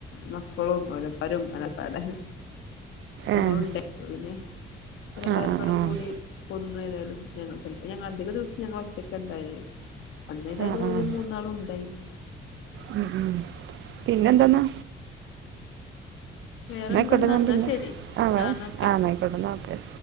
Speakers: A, on the left; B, on the right.
A: മക്കളും ഓരപ്പരും ആനപ്പാടെ. നമ്മളും
B: ഏഹ്
A: ഉണ്ടാ <unintelligible> അതിന് ഓരെല്ലാരുംകൂടെ
B: ആഹ് ആഹ് ആഹ്
A: കൂടി കൊന്നു ഏതായാലും. ഞങ്ങള്പ്പോ ഇപ്പ ഞങ്ങള് അധിക ദിവസ ഞങ്ങളൊറ്റക്കണ്ടാവേ അന്നേതായാലും
B: ആഹ്
A: ഓര്
B: ആഹ്
A: മൂന്നാളും ഉണ്ടായീന്നു.
B: ഉം ഉം പിന്നെന്താന്നാ?
A: വേറെന്തെന്നാ
B: ന്നയ്ക്കോട്ടെ. ഞാൻ
A: എന്നാ
B: പിന്നെ.
A: ശരി
B: ആണ്
A: എന്നാ ഓക്കെ
B: ആ ന്നായ്ക്കോട്ടെ. ന്നാ ഒക്കെ